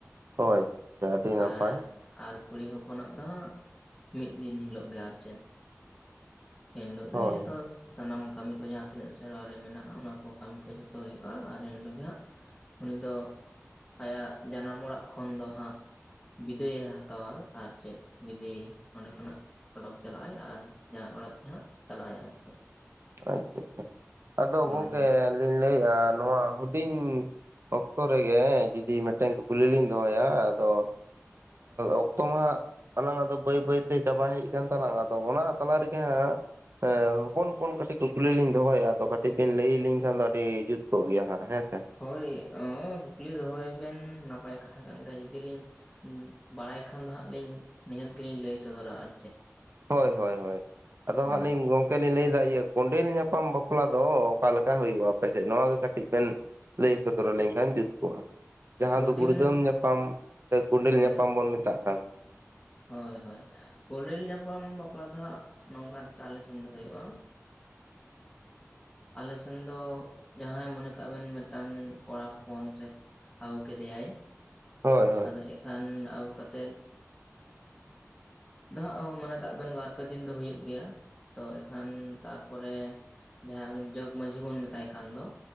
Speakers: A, on the right (about 50°); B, on the left (about 20°).
A: ᱦᱳᱭ ᱜᱚᱢᱠᱮ ᱟᱹᱰᱤ
B: ᱟᱨ
A: ᱱᱟᱯᱟᱭ ᱾
B: ᱟᱨ ᱠᱩᱲᱤ ᱦᱚᱯᱚᱱᱟᱜ ᱫᱚ ᱦᱟᱸᱜ ᱢᱤᱫ ᱫᱤᱱ ᱦᱤᱞᱳᱜ ᱜᱮ ᱟᱨ ᱪᱮᱫ ᱾ ᱮᱱ ᱦᱤᱞᱳᱜ
A: ᱦᱳᱭ
B: ᱜᱮ ᱡᱚᱛᱚ ᱥᱟᱱᱟᱢᱼᱼ ᱠᱟᱹᱢᱤ ᱠᱚ ᱡᱟᱦᱟᱸ ᱛᱤᱱᱟᱹᱜ ᱥᱮᱨᱣᱟ ᱨᱮ ᱢᱮᱱᱟᱜ-ᱟ ᱚᱱᱟ ᱠᱚ ᱠᱟᱹᱢᱤ ᱠᱚ ᱡᱚᱛᱚ ᱦᱩᱭᱩᱜ-ᱟ ᱟᱨ ᱮᱱ ᱦᱤᱞᱳᱜ ᱜᱮ ᱦᱟᱸᱜ ᱩᱱᱤ ᱫᱚ ᱟᱭᱟᱜ ᱡᱟᱱᱟᱢ ᱚᱲᱟᱜ ᱠᱷᱚᱱ ᱫᱚ ᱦᱟᱸᱜ ᱵᱤᱫᱟᱹᱭᱮ ᱦᱟᱛᱟᱣᱟ ᱟᱨ ᱪᱮᱫ ᱵᱤᱫᱟᱹᱭ ᱚᱸᱰᱮ ᱠᱷᱚᱱᱟᱜ ᱚᱰᱚᱠ ᱪᱟᱞᱟᱜ-ᱟᱭ ᱟᱨ ᱡᱟᱶᱟᱭ ᱚᱲᱟᱜ ᱛᱮ ᱦᱟᱸᱜ ᱪᱟᱞᱟᱜ ᱟᱭ ᱟᱨ ᱪᱮᱫ ᱾
A: ᱟᱪᱪᱷᱟ ᱟᱪᱪᱷᱟ ᱾ ᱟᱫᱚ
B: ᱦᱳᱭ
A: ᱜᱚᱝᱠᱮ ᱞᱤᱧ ᱞᱟᱹᱭᱮᱜ-ᱟ ᱱᱚᱣᱟ ᱦᱩᱰᱤᱧᱼᱼ ᱚᱠᱛᱚ ᱨᱮᱜᱮ ᱡᱩᱫᱤ ᱢᱤᱫᱴᱮᱱ ᱠᱩᱠᱞᱤ ᱞᱤᱧ ᱫᱚᱦᱚᱭᱟ ᱟᱫᱚᱼᱼ ᱚᱠᱛᱚ ᱢᱟᱼᱼ ᱟᱞᱟᱝ ᱫᱚ ᱵᱟᱹᱭ ᱵᱟᱹᱭᱛᱮ ᱪᱟᱵᱟ ᱦᱮᱡ ᱠᱟᱱ ᱛᱟᱞᱟᱝ-ᱟ᱾ ᱟᱫᱚ ᱚᱱᱟ ᱛᱟᱞᱟ ᱨᱮᱜᱮ ᱦᱟᱸᱜᱼᱼ ᱮᱸ ᱦᱚᱯᱚᱱ ᱦᱚᱯᱚᱱ ᱠᱟᱹᱼᱼ ᱼᱼᱴᱤᱡ ᱠᱩᱠᱞᱤ ᱞᱤᱧ ᱫᱚᱦᱚᱭᱮᱫᱭᱟ ᱾ ᱟᱫᱚ ᱠᱟᱹᱴᱤᱡ ᱵᱮᱱ ᱞᱟᱹᱭᱟᱹᱞᱤᱧ ᱠᱷᱟᱡ ᱫᱚ ᱟᱹᱰᱤ ᱡᱩᱛ ᱠᱚᱜ ᱜᱮᱭᱟ ᱦᱟᱸᱜ ᱦᱮᱸ ᱥᱮ᱾
B: ᱦᱳᱭ ᱟᱹ ᱠᱩᱠᱞᱤ ᱫᱚᱦᱚᱭ ᱵᱮᱱ ᱱᱟᱯᱟᱭ ᱠᱟᱛᱷᱟ ᱠᱟᱱ ᱜᱮᱭᱟ ᱾ ᱡᱩᱫᱤᱞᱤᱧᱼᱼ ᱵᱟᱲᱟᱭ ᱠᱷᱟᱱ ᱫᱚ ᱦᱟᱸᱜ ᱞᱤᱧ ᱱᱤᱦᱟᱹᱛ ᱜᱮᱞᱤᱧ ᱞᱟᱹᱭ ᱥᱚᱫᱚᱨᱟ ᱟᱨᱼᱼ
A: ᱦᱳᱭ ᱦᱳᱭ ᱦᱳᱭ ᱟᱫᱚ
B: ᱦᱳᱭ
A: ᱦᱟᱸᱜ ᱞᱤᱧ ᱜᱚᱝᱼᱼ ᱼᱼᱠᱮᱞᱤᱧ ᱞᱟᱹᱭᱫᱟ ᱤᱭᱟᱹ, ᱠᱚᱸᱰᱮᱞ ᱧᱟᱯᱟᱢ ᱵᱟᱯᱞᱟ ᱫᱚ ᱚᱠᱟ ᱞᱮᱠᱟ ᱦᱩᱭᱩᱜᱼᱟ ᱟᱯᱮᱥᱮᱫ? ᱱᱚᱣᱟ ᱜᱮ ᱠᱟᱹᱴᱤᱡ ᱵᱮᱱ ᱾ ᱞᱟᱹᱭ ᱥᱚᱫᱚᱨ ᱟᱞᱤᱧ ᱠᱷᱟᱱ ᱡᱩᱛ ᱠᱚᱜ-ᱟ ᱾ ᱡᱟᱦᱟᱸ
B: ᱠᱚᱰᱮᱞ
A: ᱫᱚ ᱜᱩᱲᱫᱟᱹᱢ ᱧᱟᱯᱟᱢ ᱥᱮ ᱠᱚᱸᱰᱮᱞ
B: ᱦᱳᱭ
A: ᱧᱟᱯᱟᱢ ᱵᱚᱱ ᱢᱮᱛᱟᱜ ᱠᱟᱱ
B: ᱦᱳᱭ ᱦᱳᱭ ᱠᱚᱸᱰᱮᱞ ᱧᱟᱯᱟᱢ ᱵᱟᱯᱞᱟ ᱫᱚ ᱦᱟᱸᱜ ᱱᱚᱝᱠᱟ ᱞᱮᱠᱟ ᱟᱞᱮ ᱥᱮᱱ ᱫᱚ ᱦᱩᱭᱩᱜ-ᱟ᱾ ᱟᱞᱮ ᱥᱮᱱ ᱫᱚ ᱡᱟᱦᱟᱸᱭ ᱢᱚᱱᱮ ᱠᱟᱜ ᱵᱮᱱ ᱢᱤᱫᱴᱟᱝ ᱠᱚᱲᱟ ᱦᱚᱯᱚᱱ ᱥᱮ ᱟᱹᱜᱩ ᱠᱮᱫᱮᱭᱟᱭᱼᱼ
A: ᱦᱳᱭ ᱦᱳᱭ
B: ᱟᱫᱚ ᱮᱱᱠᱷᱟᱱ ᱟᱹᱜᱩ ᱠᱟᱛᱮᱫᱼᱼ ᱫᱚ ᱦᱟᱸᱜ ᱢᱚᱱᱮ ᱠᱟᱜ ᱵᱮᱱ ᱵᱟᱨ ᱯᱮ ᱫᱤᱱ ᱫᱚ ᱦᱩᱭᱩᱜ ᱜᱮᱭᱟ ᱛᱚ ᱮᱱᱠᱷᱟᱱ ᱛᱟᱨᱯᱚᱨᱮᱼᱼ ᱡᱟᱦᱟᱸᱭ ᱩᱱᱤ ᱡᱚᱜᱽ ᱢᱟᱺᱡᱷᱤ ᱵᱚᱱ ᱠᱟᱱ ᱫᱚ,